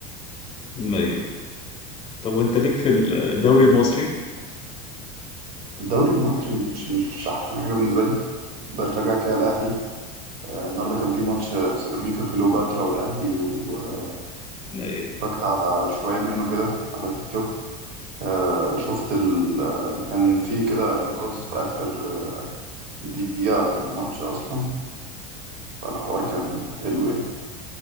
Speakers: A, on the left; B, on the right.
A: ايوه طب وانت ليك في الدوري المصري
B: الدوري المصري مش مش أحسن حاجة بالنسبة لي بشجع كده الأهلي آه، النهارده كان في ماتش آه، سيراميكا كليوباترا والأهلي واتفرجت
A: ايوه
B: على شوية منه كده على تيك توك آه، شفت ال... آه، كان في كده إنقاذ في آخر آه، دقيقة في الماتش أصلا فالحوار كان حلو يعني